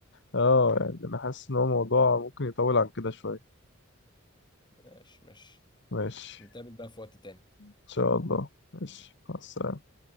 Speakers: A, on the left; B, on the left.
A: آه يعني أنا حاسس إن هو موضوع ممكن يطول عن كده شوية
B: ماشي ماشي
A: ماشي
B: نتقابل بقى في وقت تاني
A: إن شاء الله ماشي مع السلامة